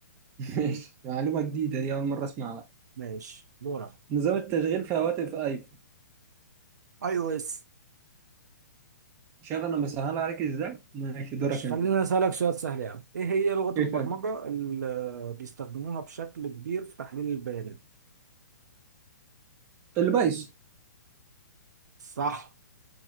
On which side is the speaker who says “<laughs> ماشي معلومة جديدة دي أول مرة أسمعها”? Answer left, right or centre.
Right